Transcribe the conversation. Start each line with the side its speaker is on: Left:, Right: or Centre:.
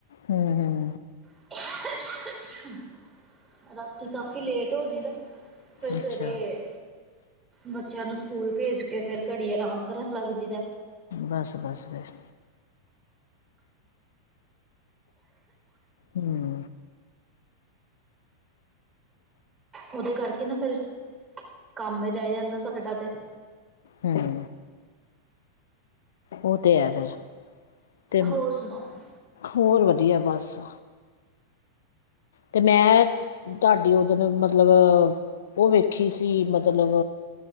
Left: ਹੂੰ-ਹੂੰ।
Right: <unintelligible> ਰਾਤੀ ਕਾਫੀ ਲੇਟ ਓ ਜਈਦਾ। ਫਿਰ ਸਵੇਰੇ
Left: ਅੱਛਾ
Right: ਬੱਚਿਆਂ ਨੂੰ ਸਕੂਲ ਭੇਜ ਕੇ, ਫਿਰ ਘੜੀ ਆਰਾਮ ਕਰਨ ਲੱਗ ਜਈਦਾ ਏ।
Left: ਬਸ- ਬਸ ਫੇਰ। ਹਮ।
Right: ਉਹਦੇ ਕਰਕੇ ਨਾ ਫਿਰ, ਕੰਮ ਈ ਰਹਿ ਜਾਂਦੇ ਸਾਡਾ ਤੇ।
Left: ਹਮ। ਉਹ ਤੇ ਐ ਫਿਰ, ਤੇ
Right: ਹੋਰ ਸੁਣਾਓ
Left: ਹੋਰ ਵਧੀਆ ਬੱਸ। ਤੇ ਮੈਂ ਧਾਡੀ ਉਹ ਦਿਨ ਮਤਲਬ ਉਹ ਵੇਖੀ ਸੀ ਮਤਲਬ